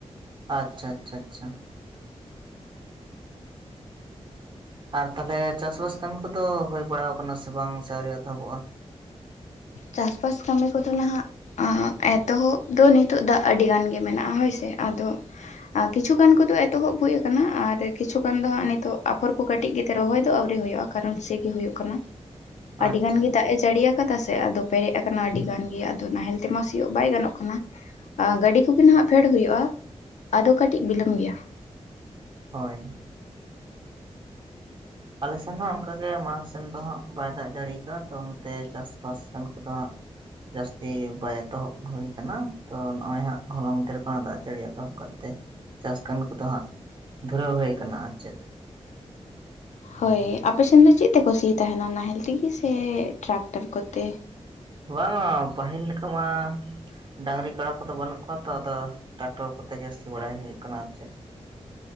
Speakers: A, on the right; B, on the left.
A: ᱟᱪᱷᱟ ᱟᱪᱷᱟ ᱟᱪᱷᱟ᱾ ᱟᱨ ᱛᱟᱦᱚᱞᱮ ᱪᱟᱥ-ᱵᱟᱥ ᱠᱟᱹᱢᱤ ᱠᱚᱫᱚ ᱦᱩᱭ ᱵᱟᱲᱟᱣ ᱠᱟᱱᱟ ᱥᱮ ᱵᱟᱝ ᱥᱮ ᱟᱹᱣᱨᱤ ᱮᱛᱚᱦᱚᱵᱚᱜᱼᱟ?
B: ᱪᱟᱥ-ᱵᱟᱥ ᱠᱟᱹᱢᱤ ᱠᱚᱫᱚ ᱱᱟᱦᱟᱜ᱾ ᱮᱛᱚᱦᱚᱵ ᱫᱚ ᱱᱤᱛᱚᱜ ᱫᱟᱜ ᱟᱹᱰᱤ ᱜᱟᱱ ᱜᱮ ᱢᱮᱱᱟᱜᱼᱟ ᱦᱳᱭ ᱥᱮ, ᱟᱫᱚ᱾ ᱟᱨ ᱠᱤᱪᱷᱩ ᱜᱟᱱ ᱠᱚᱫᱚ ᱮᱛᱚᱦᱚᱵ ᱦᱩᱭ ᱟᱠᱟᱱᱟ ᱟᱨ ᱠᱤᱪᱷᱩ ᱜᱟᱱ ᱫᱚ ᱦᱟᱸᱜ ᱱᱤᱛᱳᱜ ᱟᱯᱷᱚᱨ ᱠᱚ ᱠᱟᱹᱴᱤᱡ ᱜᱮ ᱛᱮ ᱨᱚᱦᱚᱭ ᱫᱚ ᱟᱹᱣᱨᱤ ᱦᱩᱭᱩᱜᱼᱟ᱾ ᱠᱟᱨᱚᱱ ᱪᱮ ᱜᱮ ᱦᱩᱭᱩᱜ ᱠᱟᱱᱟ, ᱟᱹᱰᱤ
A: ᱟᱪᱪᱷᱟ
B: ᱜᱟᱱ ᱜᱮ
A: ᱟᱪᱪᱷᱟ
B: ᱫᱟᱜ ᱮ ᱡᱟᱹᱲᱤᱭᱟ ᱟᱠᱟᱫᱟ᱾ ᱥᱮ ᱟᱫᱚ ᱯᱮᱨᱮᱡ ᱟᱠᱟᱱᱟ ᱟᱹᱰᱤ ᱜᱟᱱ ᱜᱮ ᱟᱫᱚ ᱱᱟᱦᱮᱞ ᱛᱮᱢᱟ ᱥᱤᱭᱳᱜ ᱵᱟᱭ ᱜᱟᱱᱚᱜ ᱠᱟᱱᱟ᱾ ᱜᱟᱹᱰᱤ ᱠᱚᱜᱮ ᱱᱟᱦᱟᱜ ᱯᱷᱮᱰ ᱦᱩᱭᱩᱜᱼᱟ, ᱟᱫᱚ ᱠᱟᱹᱴᱤᱡ ᱵᱤᱞᱚᱢ ᱜᱮᱭᱟ᱾
A: ᱦᱳᱭ᱾ ᱟᱞᱮ ᱥᱮᱱ ᱦᱚᱸ ᱚᱱᱠᱟᱜᱮ ᱢᱟᱲᱟᱝ ᱥᱮᱱ ᱫᱚ ᱦᱟᱜ ᱵᱟᱭ ᱫᱟᱜ ᱡᱟᱲᱤᱠᱟᱜᱼᱟ ᱛᱚ ᱚᱱᱟᱛᱮ ᱪᱟᱥᱵᱟᱥ ᱠᱟᱱ ᱠᱚᱫᱚ ᱦᱟᱸᱜ᱾ ᱡᱟᱹᱥᱛᱤ ᱵᱟᱭ ᱮᱛᱚᱦᱚᱵ ᱦᱩᱭ ᱟᱠᱟᱱᱟ ᱛᱚ ᱱᱚᱜᱚᱭ ᱦᱟᱸᱜ ᱦᱚᱞᱟ ᱢᱚᱫᱽᱫᱷᱮ ᱨᱮ ᱠᱷᱚᱱᱟᱜ ᱫᱟᱜ ᱡᱟᱹᱲᱤᱭᱟᱜ᱾ ᱮᱛᱚᱵ ᱠᱟᱛᱮ ᱪᱟᱥ ᱠᱟᱹᱢᱤ ᱠᱚᱫᱚ ᱦᱟᱸᱜ ᱫᱷᱩᱨᱟᱹᱣ ᱦᱩᱭ ᱟᱠᱟᱱᱟ ᱟᱨ ᱪᱮᱫ᱾
B: ᱦᱳᱭ ᱟᱞᱮᱥᱮᱱ ᱫᱚ ᱪᱮᱫ ᱛᱮᱠᱚ ᱥᱤ ᱛᱟᱦᱮᱱᱟ ᱱᱟᱦᱮᱞ ᱛᱮᱜᱮ ᱥᱮ ᱴᱨᱟᱠᱴᱟᱨ ᱠᱚᱛᱮ?
A: ᱵᱟᱝᱟ ᱯᱟᱹᱦᱤᱞ ᱞᱮᱠᱟ ᱢᱟ᱾ ᱰᱟᱝᱨᱤ ᱠᱟᱰᱟ ᱠᱚᱫᱚ ᱵᱟᱹᱱᱩᱜ ᱠᱚᱣᱟ ᱛᱚ ᱟᱫᱚ ᱴᱨᱟᱠᱴᱚᱨ ᱠᱚᱛᱮ ᱜᱮ ᱥᱤ ᱵᱟᱲᱟᱭ ᱦᱩᱭᱩᱜ ᱠᱟᱱᱟ ᱟᱨ ᱪᱮᱫ᱾